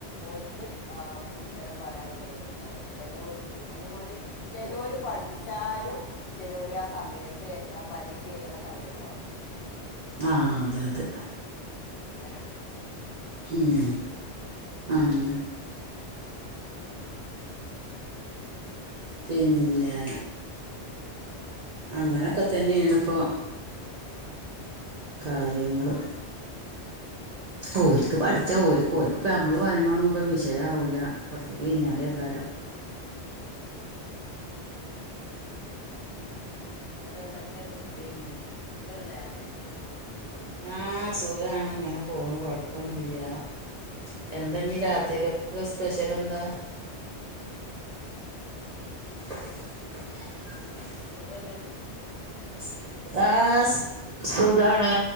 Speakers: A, on the left; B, on the right.
A: ഓര്ക്ക് ആ ഉത്തരം പറയാള്ള കയിവൊണ്ടാവും ചിലോര് ക്ക് അയ്ന്മടി ചെലോര് പഠിച്ചാലും ചെലോര് ആ സമയത്ത് ആ പരീക്ഷ എയ്തണ സമയത്ത് മറക്കും
B: ആഹ് അതെതെ
A: അങ്ങനെണ്ട്
B: ഊം ആഹ് ന്നാ പിന്നെ അങ്ങനൊക്കെത്തന്നേണ്പ്പോ കാര്യങ്ങള് ഓല്ക്ക് പഠിച്ചാ ഓല്ക്ക് ഓൽക്കിപ്പ അമ്മള് പറയണ ഒന്നും പ്പ വിഷയാവൂല കൊറച്ച് കയ്ഞ്ഞാലേകാരം
A: ന്നരം എന്തൊക്കെയാ സുഖ്
B: പിന്നെ
A: ഖല്ലേ
B: ആഹ് സുഖാണ് ഇങ്ങനെ പോണ് കൊഴപ്പൊന്നുല്ല്യാ എന്താഞീ രാത്രിക്കൊക്കെ സ്പെഷ്യലെന്താ <unintelligible>
A: സുഖല്ലെ
B: സ് ആഹ് സു സുഖാണ്